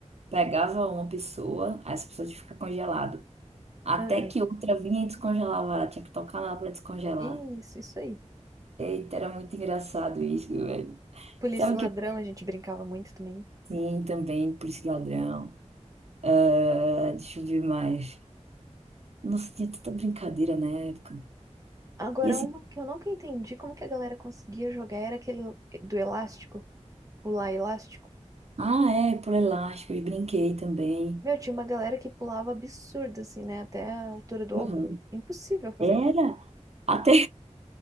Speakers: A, on the right; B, on the right.
A: pegava uma pessoa, aí essa pessoa tinha que ficar congelada. Até
B: Aham.
A: que outra vinha e descongelava ela, tinha que tocar nela pra descongelar.
B: Isso, isso aí.
A: Eita, era muito engraçado isso, velho.
B: Polícia
A: Sabe
B: e
A: o
B: ladrão,
A: que eu
B: a gente brincava muito também.
A: sim também, por esse ladrão. Ah, deixa eu ver mais. Nossa, tinha tanta brincadeira na época.
B: Agora,
A: E assim,
B: uma que eu nunca entendi como que a galera conseguia jogar era aquele do elástico, pular elástico.
A: ah, é, por elásticos, brinquei também.
B: Meu, tinha uma galera que pulava absurdo, assim, né? Até a altura do
A: Uhum.
B: ombro. Impossível fazer
A: Era.
B: aquilo.
A: Até,